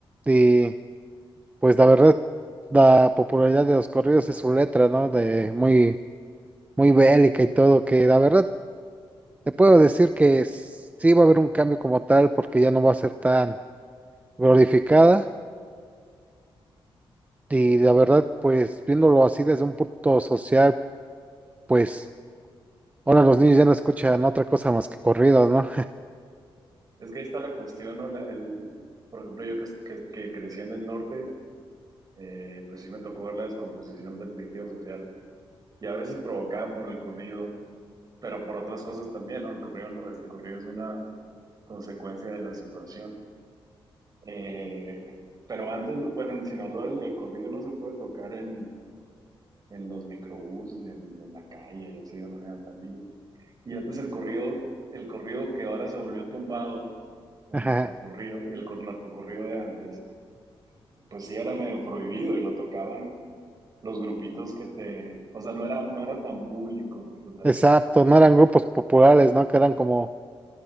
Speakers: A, on the right; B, on the right.
A: Y pues la verdad, la popularidad de los corridos es su letra, ¿no? De muy, muy bélica y todo, que la verdad te puedo decir que s- sí va a haber un cambio como tal porque ya no va a ser tan glorificada. Y la verdad, pues viéndolo así desde un punto social, pues ahora los niños ya no escuchan otra cosa más que corridos, ¿no?
B: Es que ahí está la cuestión, ¿no? La- el, por ejemplo, yo que, que, que crecí en el norte, eh, pues sí me tocó ver la descomposición del tejido social y a veces provocada por el corrido. pero por otras cosas también, ¿no? El correo no es, el correo es una consecuencia de la situación. Eh, pero antes, bueno, en Sinaloa el, el corrido no se puede tocar en, en los microbuses, en, en la calle y así de manera tan libre. Y antes el corrido, el corrido que ahora se volvió tumbado, o
A: <laughs>
B: el narcocorrido, el cor- narcocorrido de antes, pues sí era medio prohibido y lo tocaban los grupitos que te, o sea, no era, no era tan público, pues, o sea,
A: Exacto, no eran grupos populares, ¿no? Que eran como,